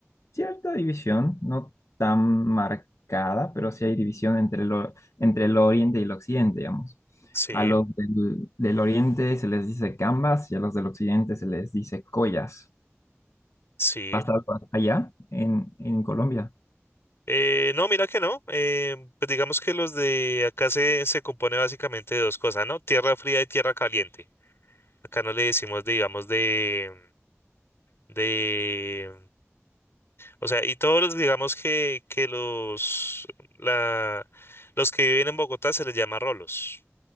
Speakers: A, on the left (about 85°); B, on the left (about 60°).
A: cierta división, no tan marcada, pero sí hay división entre lo, entre el oriente y el occidente, digamos.
B: Sí,
A: A los del, del oriente se les dice cambas y a los del occidente se les dice collas.
B: sí.
A: ¿Pasa algo allá en, en Colombia?
B: Eh, no, mira que no. eh, pues digamos que los de acá se, se compone básicamente de dos cosas, ¿no? Tierra fría y tierra caliente. Acá no le decimos, digamos, de, de, o sea, y todos los, digamos que, que los, la, los que viven en Bogotá se les llama rolos.